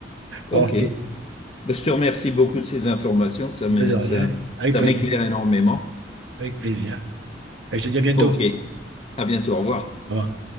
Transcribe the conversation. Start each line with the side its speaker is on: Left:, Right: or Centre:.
Left: OK.
Right: OK,
Left: Ben, je te remercie beaucoup de ces informations. Ça
Right: de
Left: m'est-
Right: rien.
Left: ça,
Right: Avec
Left: ça
Right: plaisir.
Left: m'éclaire énormément.
Right: Avec plaisir. Et je te dis à bientôt.
Left: OK. À bientôt. Au revoir.
Right: Au revoir.